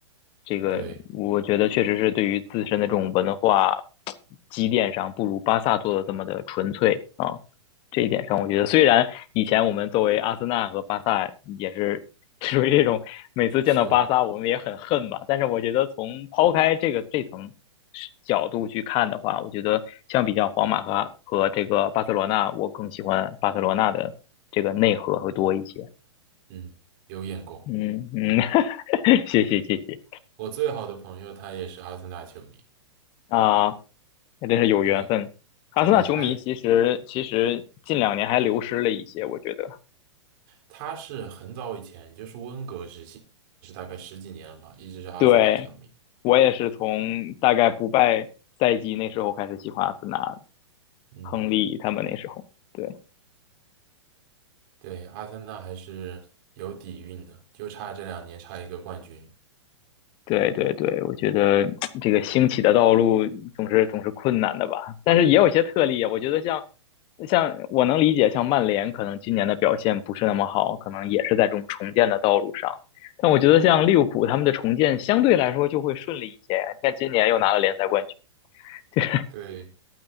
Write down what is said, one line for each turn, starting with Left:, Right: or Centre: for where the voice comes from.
Left: 这个我觉得确实是对于自身的这种文化
Right: 对，
Left: 积淀上，不如巴萨做的这么的纯粹啊。这一点上，我觉得虽然以前我们作为阿森纳和巴萨也是 <laughs> 属于这种每次见到巴萨我们也很恨吧，
Right: 是吧？
Left: 但是我觉得从抛开这个这层角度去看的话，我觉得相比较皇马和和这个巴塞罗那，我更喜欢巴塞罗那的这个内核会多一些。
Right: 嗯，有眼光。
Left: 嗯嗯，<laughs> 谢谢谢谢
Right: 我最好的朋友他也是阿森纳球迷，
Left: 啊，那真是有缘分。
Right: 对，
Left: 阿森纳球迷其实其实近两年还流失了一些，
Right: 对，他也，
Left: 我觉得。
Right: 他是很早以前，就是温格时期，是大概十几年了吧，一直是阿森纳球迷。
Left: 对，我也是从大概不败赛季那时候开始喜欢阿森纳
Right: 嗯，
Left: 亨利他们那时候。对。
Right: 对，阿森纳还是有底蕴的，就差这两年差一个冠军。
Left: 对对对，我觉得这个兴起的道路总是总是困难的吧，但是也有一些特例啊。我觉得像像我能理解，像曼联可能今年的表现不是那么好，可能也是在这种重建的道路上。但我觉得像利物浦他们的重建相对来说就会顺利一些。你看今年又拿了联赛冠军，<laughs> 对
Right: 对，